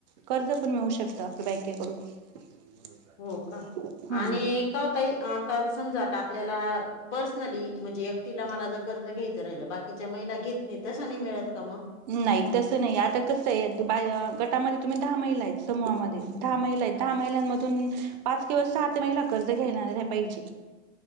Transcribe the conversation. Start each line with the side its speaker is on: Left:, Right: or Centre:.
Right: कर्ज पण मिळू शकतं आपल बँकेकडून. <inaudible>
Left: हो का, आणि
Right: हम्म.
Left: का ओ ताई आता समजा आता आपल्याला पर्सनली म्हणजे एकटीला मला ज कर्ज घ्यायचं राहिलं बाकीच्या महिला घेत नाय तस नाय मिळत का म?
Right: नाय तसं नाय आता कस आय बा गटामध्ये तुम्ही दहा महिला आय समूहामध्ये दहा
Left: हं.
Right: महिला आय दहा महिलांमधून पाच किंवा सात महिला कर्ज घेणाऱ्या पाहिजे.